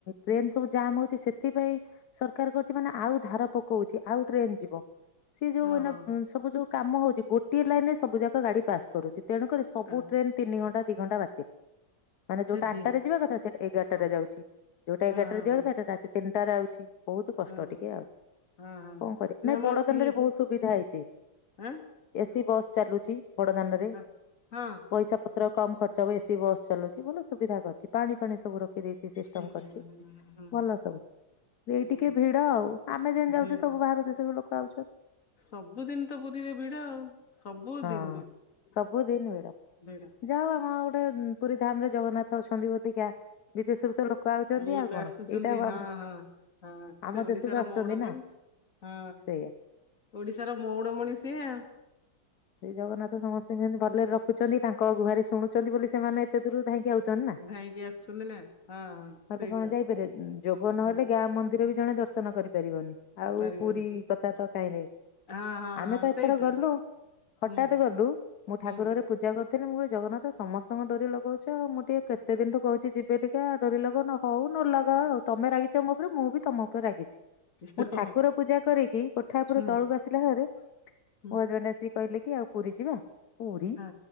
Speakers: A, on the left; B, on the left.
A: ଟ୍ରେନ ସବୁ ଜାମ୍ ହଉଛି ସେଥିପାଇଁ ସରକାର କରୁଛି ମାନେ ଆଉ ଧାର ପକଉଛି ଆଉ ଟ୍ରେନ ଯିବ। ସେ ଯୋଉ
B: ହଁ ହଁ
A: ସବୁ ଯୋଉ କାମ ହଉଛି ଗୋଏ ଲାଇନ ରେ ସବୁ ଯାକ ଗାଡି ପାସ୍ କରୁଛି ତେଣୁକରି ସବୁ
B: ହଁ
A: ଟ୍ରେନ ତିନି ଘଣ୍ଟା ଦି ଘଣ୍ଟା ବାତିଲ। ମାନେ
B: ସେ
A: ଯୋଉଟା
B: ଦି
A: ଆଠଟାରେ ଯିବା କଥା ସେ ଏଗାରଟାରେ
B: ହଁ
A: ଯାଉଛି ଯୋଉଟା
B: ହଁ
A: ଏଗାରଟାରେ
B: ହଁ
A: ଯିବା କଥା ସେଟା ରାତିନିଟାରେ ଆଉଛି। ବହୁତ କଷ୍ଟ
B: ହଁ ହଁ
A: ଟିକେ ଆଉ
B: ହଁ ହଁ ହଁ
A: କଣ କରିବା
B: ନା
A: ନାଇଁ
B: ମ
A: ବଡ
B: ସିଏ
A: ବ ଦାଣ୍ଡରେ ବହୁତ ସୁବିଧା ହେଇଛି
B: ଆଁ
A: ଏସି ବସ୍ ଚାଲୁଛି ବଡ ଦାଣ୍ଡରେ
B: ହ ହଁ।
A: ପଇସା ପତ୍ର କମ ଖର୍ଚ୍ଚ ଏ ସସି ବସ୍ ଚଲୁଛି ଭଲ ସୁବିଧା କରୁଛି ପାଣି ପାଣି ସବୁ ରଖ ଦେଇଛି ସିଷ୍ଟମ
B: ହୁଁ
A: କରିଛି
B: ହୁଁ ହୁଁ ହୁଁ
A: ଭଲ ସବୁ।
B: ହୁଁ
A: ଏଇ ଟିକେ ଭିଡ ଆଉ ଆମେ ଯେନ୍ ଯାଉଛେ
B: ଭିଡ
A: ସବୁ ବାହାର ଦେଶରୁ ଲୋକ ଆଉଛନ୍ତି।
B: ସବୁଦିନ ତ ପୁରୀରେ ଭିଡ ଆଉ ସବୁ
A: ହଁ।
B: ଦିନ ଭିଡ।
A: ସବୁଦିନ ଭିଡ଼।
B: ଭିଡ଼।
A: ଯାହା ହଉ ଆମର ଗୋଟେ ପୁରୀ ଧାମ ରେ ଜଗନ୍ନାଥ ଅଛନ୍ତି ଅଧିକା। ବିଦେଶରୁ ତ ଲୋକ ଆଉଛନ୍ତି
B: ଲୋକ
A: ଆଉ କଣ
B: ଆସୁଛନ୍ତି
A: ଏଇଟା
B: ହଁ
A: ଆମ
B: ହଁ ହଁ ସେ
A: ଆମ
B: ଓଡିଶାର
A: ଦେଶକୁ ଆସୁଛନ୍ତି
B: ମଉଡମଣି
A: ନା।
B: ହଁ
A: ସେଇଆ।
B: ଓଡିଶାର ମଉଣ ମଣି ଷିଏ।
A: ସେ ଜଗନ୍ନାଥ ସମସ୍ତଙ୍କୁ ସେମିତି ଭଲରେ ରଖୁଛନ୍ତି ତାଙ୍କ ଗୁହାରି ଶୁଣୁଛନ୍ତି ବୋଲି ସେମାନେ ଏତେ ଦୂରୁ ଧାଁଇଁକି ଆ ନା ନ
B: ଧାଇଁକି ଆସୁଛନ୍ତି ନା ହଁ ହଁ
A: ହେଲେ
B: ସେଇଟା
A: କଣ ଯାଇପାରେ ଯୋଗ
B: ହୁଁ
A: ନହେଲେ ଗାଁ ମନ୍ଦିର ବି ଜଣେ ଦର୍ଶନ କରିପାରିବନି ଆଉ
B: ପାରିବନି
A: ପୁରୀ କଥା ତ କାହିଁରେ।
B: ହଁ ହଁ
A: ଆମେ
B: ହଁ
A: ତ ଏଥର
B: ସେଇଟା
A: ଗଲୁ ହଠାତ
B: ହୁଁ
A: ଗଲୁ ମୁଁ
B: ହୁଁ
A: ଠାକୁର ଘରେ ପୂଜା କରିଥିଲି ମୁଁ କହିଲି ଜଗନ୍ନାଥ ସମସ୍ତଙ୍କ ଡୋରି ଲଗଉଛ ମୁଁଟିକେ କେତେ ଦିନଠୁ କହୁଛି ଯିବି ଏବେ ଟିକେ ଡରି ଲଗଉନ ହଉ ନ ଲଗା ଆଉ ତମେ ରାଗି ମ ଉପରେ ମୁଁ ବି ତମ ଉପରେ ରାଗିଛି ମୁଁ
B: ହଁ
A: ଠାକୁର
B: ହଁ
A: ପୂଜା କରିକି କୋଠା ଉପରୁ
B: ହୁଁ
A: ତଳକୁ ଆସି <unintelligible> ମୋ
B: ହୁଁ
A: ହଜବେଣ୍ଡ ଆସିକି କହିଲେ କି ଆଉ ପୁରୀ ଯିବା। ପୁରୀ
B: ହଁ